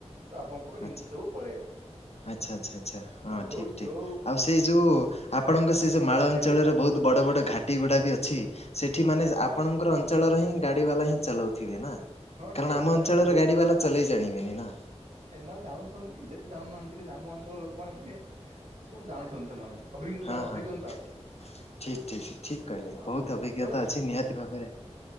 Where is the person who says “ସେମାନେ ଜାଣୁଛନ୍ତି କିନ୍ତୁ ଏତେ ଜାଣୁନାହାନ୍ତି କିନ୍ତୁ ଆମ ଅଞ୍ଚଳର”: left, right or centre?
Right